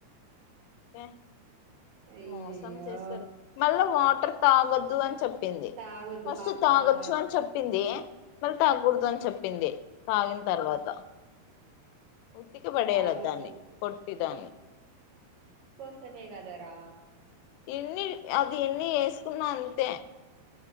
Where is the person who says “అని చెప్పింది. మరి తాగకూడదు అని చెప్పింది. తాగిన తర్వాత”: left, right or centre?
Left